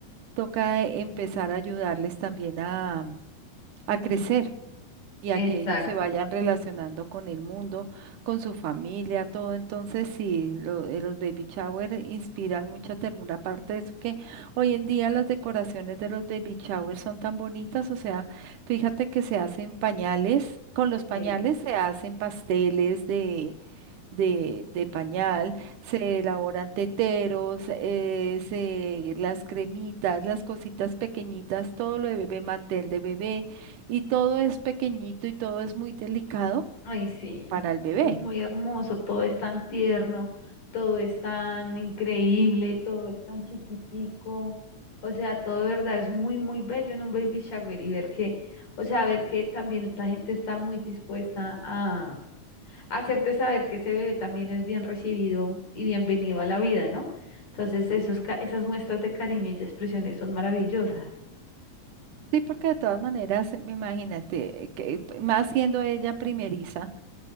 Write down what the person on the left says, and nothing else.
Exacto.
Sí.
Ay, sí,
es muy hermoso, todo es tan tierno, todo es tan increíble, todo es tan chiquitico, o sea, todo de verdad es muy, muy bello en un baby shower y ver que, o sea, ver que también la gente está muy dispuesta a a hacerte saber que ese bebé también es bien recibido y bienvenido a la vida, ¿no? Entonces, esos, ca- esas muestras de cariño y de expresiones son maravillosas.